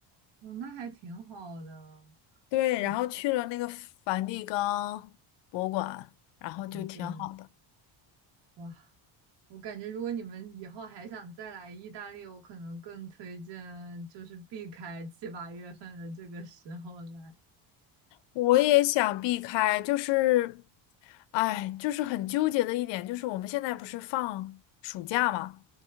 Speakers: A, on the right; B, on the left.
A: 哦，那还挺好的，
B: 对，
A: 哇，
B: 然后去了那个梵蒂冈博物馆，然后就挺好的。
A: 哦对，哇，我感觉如果你们以后还想再来意大利，我可能更推荐就是避开七八月份的这个时候来。
B: 我也想避开，就是。哎，就是很纠结的一点，就是我们现在不是放暑假嘛，